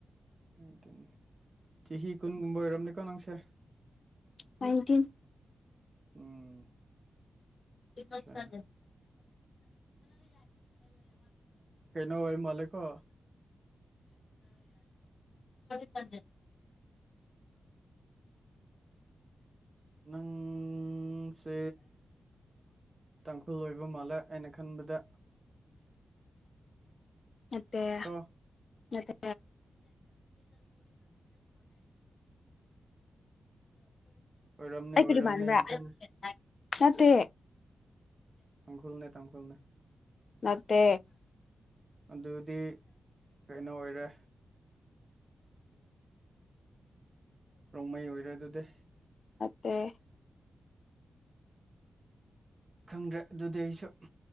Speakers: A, on the right (about 35°); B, on the left (about 55°).
A: ꯅꯥꯏꯟꯇꯤꯟ ꯆꯍꯤ ꯀꯨꯟꯒꯨꯝꯕ ꯑꯣꯏꯔꯝꯅꯦꯀꯣ ꯅꯪꯁꯦ
B: ꯅꯥꯏꯟꯇꯤꯟ
A: ꯎꯝ
B: <unintelligible> ꯌꯥꯋꯥꯇ
A: ꯑꯆꯥ ꯀꯩꯅꯣ ꯑꯣꯏ ꯃꯥꯜꯂꯦꯀꯣ
B: ꯆ
A: ꯅꯪꯁꯦ ꯇꯥꯡꯈꯨꯜ ꯑꯣꯏꯕ ꯃꯥꯜꯂꯦ ꯑꯩꯅ ꯈꯟꯕꯗ
B: ꯅꯠꯇ
A: ꯀꯣ
B: ꯃꯅ ꯆ
A: ꯑꯣꯏꯔꯝꯅꯤ
B: ꯑꯩ
A: ꯑꯣꯏꯔꯝꯅꯤꯅ
B: ꯃꯥꯟꯕꯕ꯭ꯔꯥ
A: ꯈꯪꯉꯦ
B: ꯅꯦ
A: ꯑꯪꯈꯣꯜꯅꯦ ꯇ ꯑꯪꯈꯣꯜꯅꯦ
B: ꯅꯠꯇꯦ
A: ꯑꯗꯨꯗꯤ ꯀꯩꯅꯣ ꯑꯣꯏꯔꯦ ꯔꯣꯡꯃꯩ ꯑꯣꯏꯔꯦ ꯑꯗꯨꯗꯤ
B: ꯃꯦ
A: ꯈꯪꯗ꯭ꯔꯦ ꯑꯗꯨꯗꯤ ꯑꯩꯁꯨ